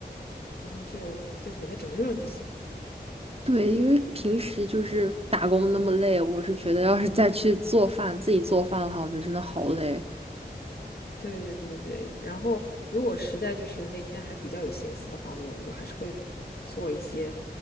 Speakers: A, on the left (about 65°); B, on the right (about 35°).
A: 然后就就给它整热了就行。
B: 对，因为平时就是打工那么累，我是觉得要是再去做饭，自己做饭的话，我觉得真的好累。
A: 对对对对对，然后如果实在就是那天还比较有心思的话，我我还是会做一些